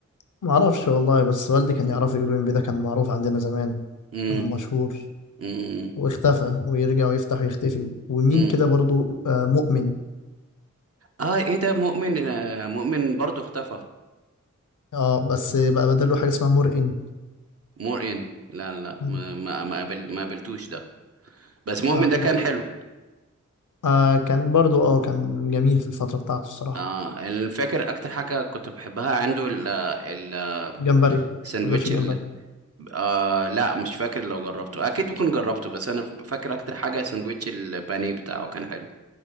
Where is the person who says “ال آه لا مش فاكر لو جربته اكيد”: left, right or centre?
Right